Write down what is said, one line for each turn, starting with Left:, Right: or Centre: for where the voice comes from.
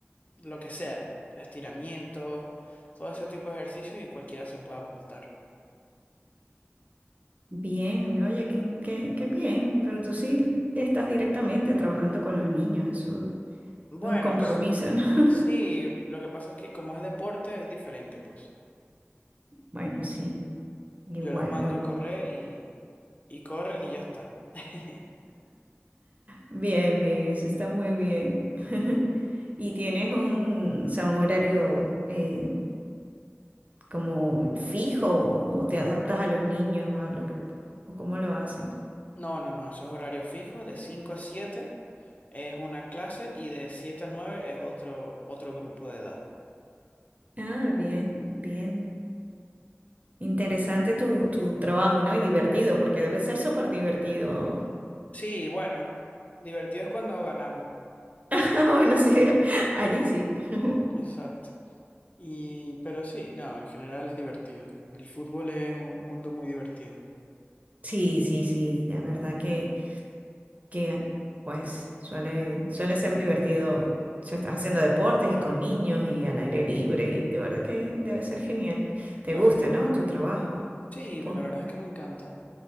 Left: lo que sea, estiramientos, todo ese tipo de ejercicios y cualquiera se puede apuntar.
Right: Bien, oye, qué, qué, qué bien, pero tú sí estás directamente trabajando con los niños, eso
Left: Bueno,
Right: es un compromiso,
Left: s-
Right: ¿no? <laughs>
Left: sí, lo que pasa es que como es deporte es diferente, pues.
Right: Bueno, sí, igual,
Left: Yo los mando
Right: bueno.
Left: a correr y, y corren y ya está. <laughs>
Right: Bien, bien, eso está muy bien.
Left: Ujú.
Right: <laughs> ¿Y tienes un, o sea, un horario eh, como fijo o te adaptas a los niños, a lo que, o cómo lo haces?
Left: No, no, no, eso es horario fijo, de 5 a 7 es una clase y de 7 a 9 es otro, otro grupo de edad.
Right: Ah, bien, bien. Interesante tu, tu trabajo, ¿no? Y divertido, porque debe ser súper divertido. <laughs>
Left: Sí, bueno, divertido es cuando ganamos.
Right: Ah, Bueno, sí, allí sí. <laughs>
Left: Exacto. Y, pero sí, no, en general es divertido. El fútbol es un mundo muy divertido.
Right: Sí, sí, sí, la verdad que, que pues suele, suele ser
Left: Ujú,
Right: divertido. Se estás haciendo deportes y con niños y al aire libre y de verdad que debe ser genial. ¿Te
Left: Claro.
Right: gusta, no? Tu trabajo,
Left: Sí,
Right: supongo.
Left: la verdad es que me encanta.